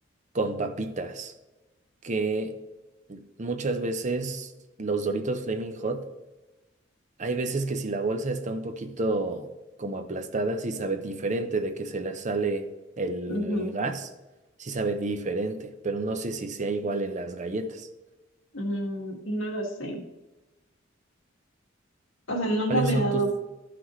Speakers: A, on the right; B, on the left.
A: con papitas, que muchas veces los Doritos Flaming Hot Hay veces que si la bolsa está un poquito como aplastada, sí sabe diferente de que se le sale el,
B: Ujú.
A: el gas, sí sabe diferente, pero no sé si sea igual en las galletas.
B: Mm, no lo sé. O sea, nunca
A: ¿Cuáles
B: me
A: son
B: he dado,
A: tus...?